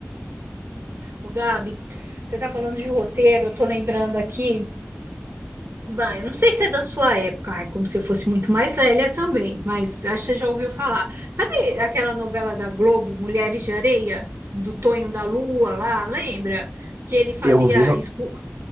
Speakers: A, on the right; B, on the right.
A: O Gabi, você tá falando de roteiro, eu tô lembrando aqui. Vai, eu não sei se é da sua época, ai, como se eu fosse muito mais velha também, mas acho que você já ouviu falar. Sabe aquela novela da Globo, Mulheres de Areia, do Tonho da Lua lá, lembra? Que ele fazia,
B: Eu vi, não,
A: escu-